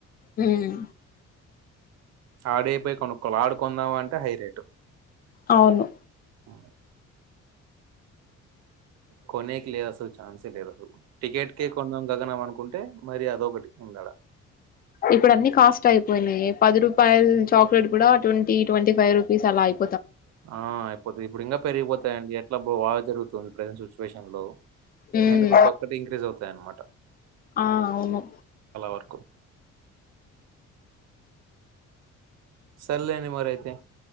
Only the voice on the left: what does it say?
హ్మ్.
అవును!
ఇప్పుడు అన్ని కాస్ట్ అయిపోయినాయి. పది రూపాయలు చాక్లెట్ కూడా ట్వంటీ ట్వంటీ ఫైవ్ రూపీస్ అలా అయి..
హ్మ్.
ఆ అవును.